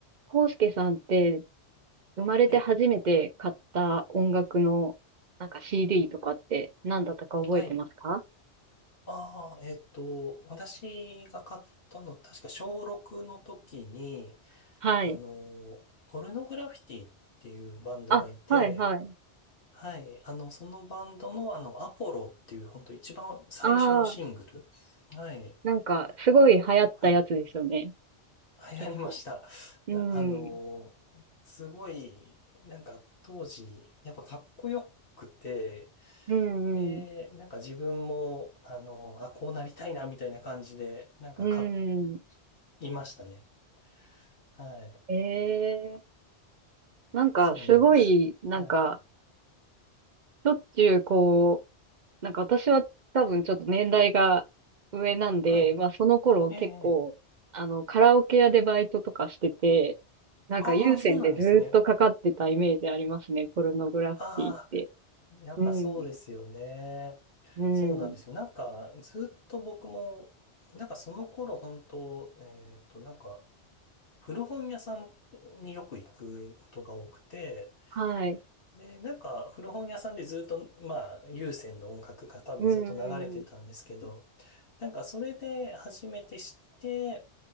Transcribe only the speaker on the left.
はい。
はい。ああ、えっと、私が買ったの、確か小6の時に、
あの、ポルノグラフィティっていうバンドがいて、
はい。あの、そのバンドの、あの、アポロっていう、本当一番最初のシングル、
はい。
を、はい。流行りました。
な、あの、すごい、なんか当時、やっぱかっこよくて、
で、なんか自分も、あの、あ、こうなりたいな、みたいな感じで、なんか買
いましたね。はい。
そうなんですよ。
はい。
はい。
ええ、ええ。
ああ、そうなんですね。
ああ、やっぱそうですよね。
そうなんですよ。なんか、ずっと僕も、なんかその頃、本当えっと、なんか、古本屋さんによく行くことが多くて、
で、なんか古本屋さんでずっと、まあ、有線の音楽が多分ずっと流れてたんですけど、
なんかそれで初めて知って、